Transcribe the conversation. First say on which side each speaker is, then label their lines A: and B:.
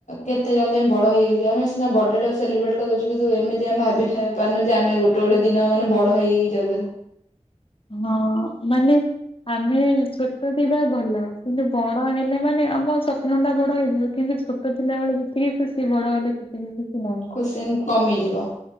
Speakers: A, on the left; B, on the left.
A: କେତେ ଜଲଦି ଆମେ ବଡ ହେଇଯାଉଛି ଆମେ ସିନା ବଡ ଟାକୁ ସେଲିବ୍ରେଟ କରିଦୋଉଛୁ କିନ୍ତୁ ଏମିତି ଆମେ ଭାବି ହେଇ ପାରୁନୁ ଯେ ଆମେ ଗୋଟେ ଗୋଟେ ଦିନ ମାନେ ବଡ ହେଇ ହେଇଯାଉଛନ୍ତି।
B: ହଁ ମାନେ ଆମେ ଛୋଟ ଥିବା ଭଲ କିନ୍ତୁ ବଡ ହେଲେ ମାନେ ଆମ ସ୍ୱପ୍ନ ଟା ବଡ ହେଇଯିବ କିନ୍ତୁ ଛୋଟ ଥିଲାବେଳେ ଯେତିକି ଖୁସି ବଡ ହେଲେ ସେତିକି ଖୁସି ନାହିଁ
A: ଖୁସିଇ କମିଯିବ